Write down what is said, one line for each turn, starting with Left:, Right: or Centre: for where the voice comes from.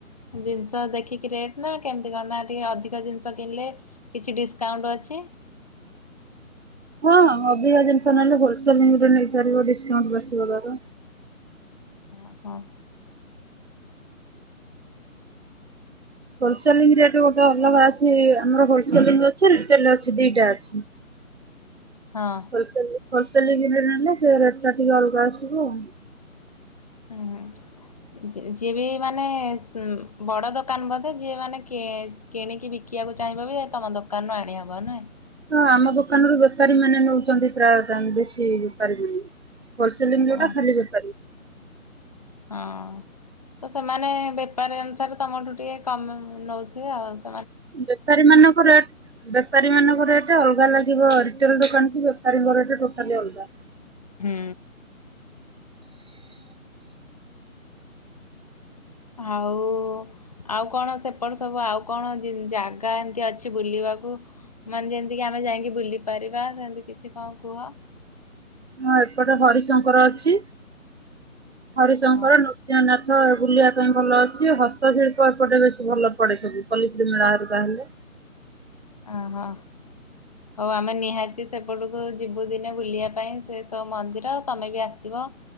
Left: ଜିନିଷ ଦେଖିକି ରେଟ ନା କେମିତି କଣ ନା ଟିକେ ଅଧିକ ଜିନିଷ କିଣିଲେ କିଛି ଡିସକାଉଣ୍ଟ ଅଛି।
Right: ହଁ ହଁ ଅଧିକା ଜିନିଷ ନେଲେ ହୋଲସେଲ ରେଟ ନେଇପାରିବ ଡିସକାଉଣ୍ଟ <unintelligible> ବାର।
Left: ଅ ହଁ।
Right: ହୋଲସେଲିଙ୍ଗ ରେଟ ଗୋଟେ ଅଲଗା ଅଛି ଆମର ହୋଲସେଲିଙ୍ଗ ଅଛି ରିଟେଲ ରେ ଅଛି ଦିଟା ଅଛି।
Left: ହଁ।
Right: ହୋଲସେଲ ରେ ରେଟ ରେ ନେଲେ ସେ ରେଟ୍ ଟା ଟିକେ ଅଲଗା ଆସିବ ଆଉ।
Left: ଉୁଁ ହୁ। ଯି ଯିବି ମାନେ ସ ଉଁ ବଡ ଦୋକାନ ବୋଧେ ଯିଏ ମାନେ କିଏ କିଣିକି ବିକିବାକୁ ଚାହିଁବ ବି ତମ ଦୋକାନରୁ ଆଣିହବ ନୁହେଁ?
Right: ହଁ ଆମ ଦୋକାନରୁ ବେପାରୀ ମାନେ ନଉଛନ୍ତି ପ୍ରାୟ <unintelligible> ବେଶୀ ବେପାରୀ ମାନେ। ହୋଲସେଲିଂ ଯୋଉଟା
Left: ହଁ
Right: ଖାଲି <unintelligible>
Left: ହଁ ତ ସେମାନେ ବେପାରୀ ଅନୁସାରେ ତମଠୁ ଟିକେ କମ ଅଁ ନଉଥିବେ ଆଉ ଆସ
Right: ବେପାରୀ ମାନଙ୍କରେ ବେପାରୀ ମାନଙ୍କରେ ଏଟା ଅଲଗା ଲାଗିବ। ରିଚେଲ ଦୋକାନ କି ବେପାରୀଙ୍କରଠୁ ଟୋଟାଲି ଅଲଗା।
Left: ହୁଁ। ଆଉ ଆଉ କଣ ସେପଟେ ସବୁ ଆଉ କଣ ଜ ଜାଗା ଏମତି ଅଛି ବୁଲିବାକୁ? ମାନେ ଯେମିତିକି ଆମେ ଯାଇକି ବୁଲି ପାରିବା ସେମିତି କିଛି କଣ କୁହ?
Right: ହଁ ଏପଟେ ହରିଶଙ୍କର ଅଛି। ହରିଶଙ୍କର
Left: ଓହୋ।
Right: ନୃସ ସିଂହନାଥ ବୁଲିବା ପାଇଁ ଭଲ ଅଛି। ହସ୍ତଶିଳ୍ପ ଏପଟେ ବେଶୀ ଭଲ ପଡେ ସବୁ ପଲ୍ଲୀଶ୍ରୀ ମେଳାରୁ ବାହାରଲେ।
Left: ଅ ହ। ଆଉ ଆମେ ନିହାତି ସେପଟକୁ ଯିବୁ ଦିନେ ବୁଲିବା ପାଇଁ ସେ ସବୁ ମନ୍ଦିର ତମେ ବି ଆସିବ।